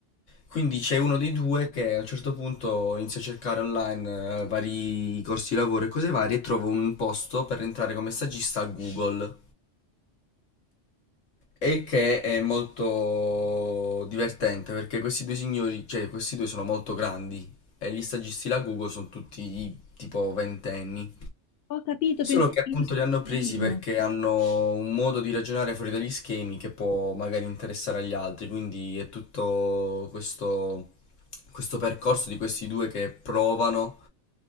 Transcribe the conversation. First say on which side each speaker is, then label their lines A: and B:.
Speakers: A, on the left (about 90°); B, on the left (about 55°).
A: Quindi c'è uno dei due che a un certo punto inizia a cercare online eh, vari corsi di lavoro e cose varie e trova un posto per entrare come stagista a Google. E il che è molto divertente perché questi due signori, cioè questi due sono molto grandi e gli stagisti la Google sono tutti tipo ventenni.
B: Ho capito, penso
A: Solo che
B: che
A: appunto
B: l'hai visto
A: li
B: un
A: hanno presi
B: filmino.
A: perché hanno un modo di ragionare fuori dagli schemi che può magari interessare agli altri, quindi è tutto questo, questo percorso di questi due che provano